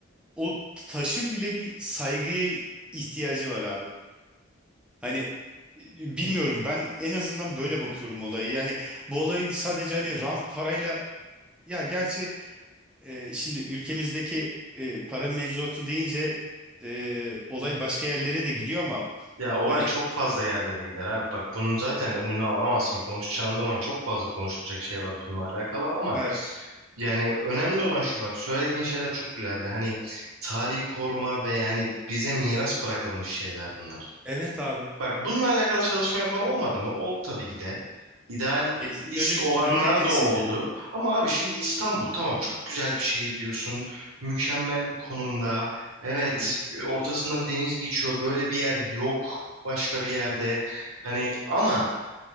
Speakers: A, in the centre; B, on the right (about 85°).
A: o taşın bile bir saygıya ihtiyacı var abi. Hani e, bilmiyorum ben en azından böyle bakıyorum olaya. Yani bu olayın sadece hani rant parayla ya gerçi e, şimdi ülkemizdeki e, para mevzuatı deyince e, olay başka yerlere de gidiyor ama
B: Ya olay
A: hani
B: çok fazla yerlere gider abi. Bak bunun zaten önünü alamazsın. Konuşacağın zaman çok fazla konuşulacak şey var bununla alakalı ama
A: evet.
B: yani önemli olan şu bak söylediğin şeyler çok güzeldi. Hani tarihi koruma ve yani bize miras bırakılmış şeyler bunlar.
A: Evet abi.
B: Bak bununla alakalı çalışma yapan olmadı mı? Oldu tabii ki de. İdealist
A: Hepsinin önü,
B: olanlar
A: önü de kesildi.
B: da oldu. Ama abi şimdi İstanbul tamam çok güzel bir şehir diyorsun. Mükemmel bir konumda. Evet
A: Hı hı.
B: e, ortasından deniz geçiyor. Böyle bir yer yok başka bir yerde. Hani ama